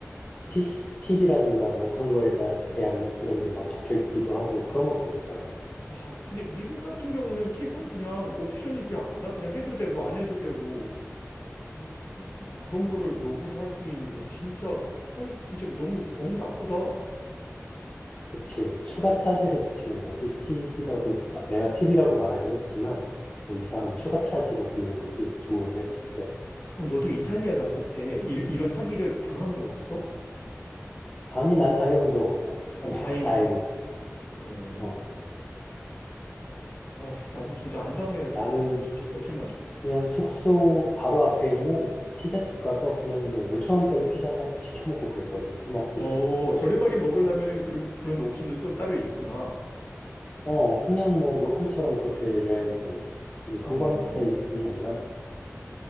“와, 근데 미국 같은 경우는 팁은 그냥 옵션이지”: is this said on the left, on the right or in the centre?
Left